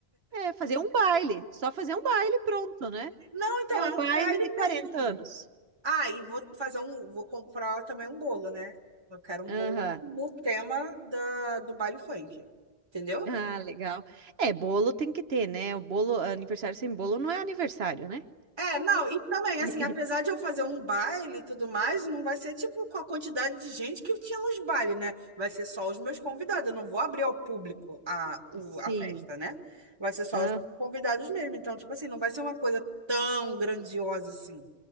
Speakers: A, on the right; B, on the right.
A: É, fazer um baile. Só fazer um baile, pronto, né?
B: Não, então
A: É um
B: é
A: baile
B: um baile
A: de 40
B: mesmo.
A: anos.
B: Ah, e vou fazer um, vou comprar também um bolo, né? Eu quero um
A: Aham.
B: bolo no tema da, do baile funk, entendeu?
A: Ah, legal. É, bolo tem que ter, né? O bolo, aniversário sem bolo não é aniversário, né?
B: É, não, e também,
A: <laughs>
B: assim, apesar de eu fazer um baile e tudo mais, não vai ser tipo com a quantidade de gente que tinha nos bailes, né? Vai ser só os meus convidados, eu não vou abrir ao público a, o-
A: Sim.
B: a festa, né? Vai ser só
A: Aham.
B: os convidados mesmo. Então, tipo assim, não vai ser uma coisa tão grandiosa assim,